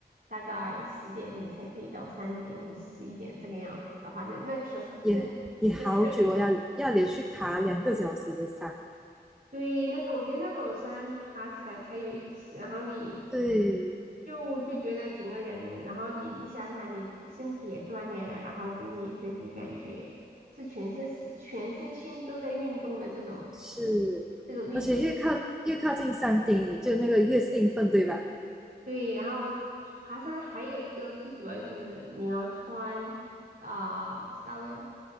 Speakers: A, on the right; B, in the centre.
A: 大概十点你才可以到山顶或者十一点这个样子的话，那那个时候是正正热。
B: 也也好久哦，要要连续爬两个小时的山。
A: 对，那个我觉得那种山爬起来才有意思，然后你
B: 对，
A: 就就觉得整个人，然后你你想想，你身体也锻炼了，然后整体整体感觉是全身全身心都在运动的这种。
B: 是，
A: 这种运动，
B: 而且越靠越靠近山顶，你就那个越兴奋，对吧？
A: 对，然后爬山还有一个最主要就是你要穿啊、稍微的